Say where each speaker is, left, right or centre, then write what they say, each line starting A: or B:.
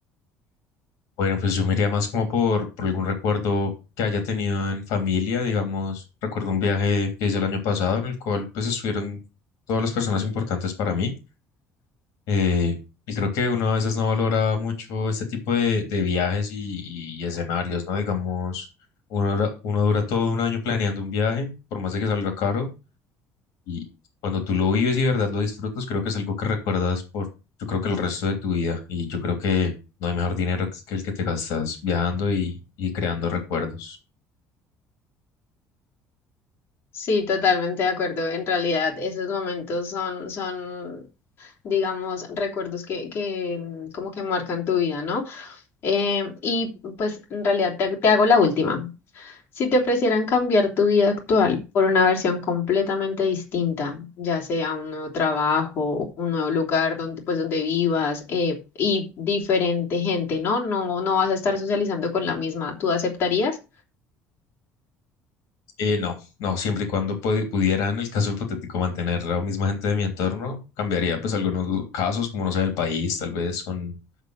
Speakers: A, on the left; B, on the left.
A: Bueno, pues yo me iría más como por, por algún recuerdo que haya tenido en familia, digamos. Recuerdo un viaje que hice el año pasado en el cual pues estuvieron todas las personas importantes para mí Eh, y creo que uno a veces no valora mucho este tipo de, de viajes y, y escenarios, ¿no? Digamos, uno, ahora- uno dura todo un año planeando un viaje, por más de que salga caro, y cuando tú lo vives y de verdad lo disfrutas, creo que es algo que recuerdas por, yo creo que el resto de tu vida, y yo creo que no hay mejor dinero que el que te gastas viajando y, y creando recuerdos.
B: Sí, totalmente de acuerdo. En realidad, esos momentos son, son, digamos, recuerdos que, que mm, como que marcan tu vida, ¿no? Em, y pues en realidad te, te hago la última. Si te ofrecieran cambiar tu vida actual por una versión completamente distinta, ya sea un nuevo trabajo, un nuevo lugar donde, pues, donde vivas eh, y diferente gente, ¿no? No, no vas a estar socializando con la misma, ¿tú aceptarías?
A: Eh, no, no, siempre y cuando pu- pudiera, en el caso hipotético, mantener a la misma gente de mi entorno, cambiaría pues algunos casos, como no sé, el país, tal vez con